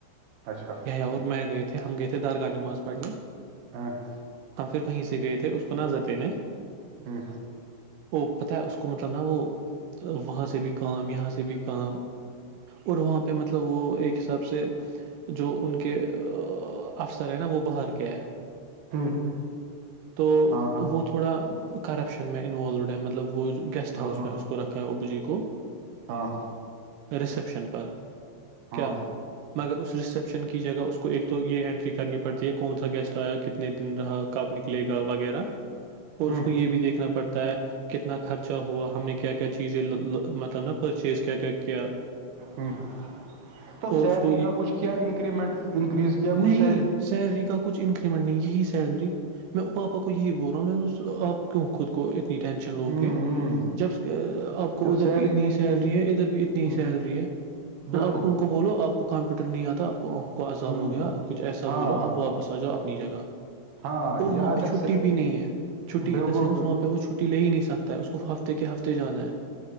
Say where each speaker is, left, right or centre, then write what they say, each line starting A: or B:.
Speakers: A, on the right; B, on the right.
A: اچھا
B: اور میں گئے تھے ہم گئے تھے درگاہ نماز پڑنے
A: ہمم
B: ہم پھر وہیں سے گئے تھے اس کو نزر دینے
A: ہ
B: وہ پتہ ہے اس کو مطلب نا وہ وہاں سے سے بھی کام یہاں س سے بھی کا اور وہاں پہ مطلب وہ ایک حساب سے جو ان کے افسر ہے نا وہ باہر کے ہے
A: ہوں
B: تو
A: ہاں
B: وہ
A: ہاں
B: تو تھوڑا کرپشن میں انوالوڈ ہے مطلب وہ گیسٹ
A: ہاں
B: ہاؤس
A: ہاں
B: میں اس کو رکھا ہے اوبو جی کو
A: ہاں
B: ریسپشن پر
A: ہاں
B: کیا مگر اس ریسپشن کی جگہ اس کو ایک تو تو یہ انٹری کرنی پڑتی ہے کون سا گیسٹ آیا کتنا نے دن رہا کب نکلے گا وغیرہ اور
A: ہ
B: اس کو یہ بھی دیکھنا پڑتا ہے کتنا خرچہ ہوا ہم نے کیا کیا چیزیں مطلب پرچیز کیا کیا کیا
A: ہ تو
B: اور
A: سیلری
B: اس کو یہ
A: کا کچھ کیا انکریمنٹ انکریز کیا کچھ
B: نہیں
A: سیر
B: سیلری کا کچھ انکریمنٹ نہیں یہی سیلری میں پاپا کو یہی بول رہا ہوں میں آپ کیوں خود کو اتنی ٹینشن لو
A: ہ ہ
B: گے جب آپ کو
A: جب
B: ادھر
A: سیلری
B: بھی اتنی
A: نہیں
B: ہی سیلری
A: کی
B: ہے ادھر بھی اتنی
A: ہ
B: ہی سیلری ہے
A: بالکل
B: آپ ان کو بولو آپ آ کو کمپیوٹر نہیں آتا آپ کو کو عزاب
A: ہ
B: ہو گیا کچھ ایسا
A: ہاں
B: بولو
A: ہاں
B: اپ واپس آ جاؤ اپنی جگہ
A: ہاں
B: اور وہاں
A: یہ اگر
B: پہ چھٹی بھی نہیں ہے چھٹی
A: بالکل
B: ان دا سینس وہاں پہ وہ چھٹی ٹی لے ہی نہیں سکتا ہے اس کو ہفتے کے ہفتے جانا ہے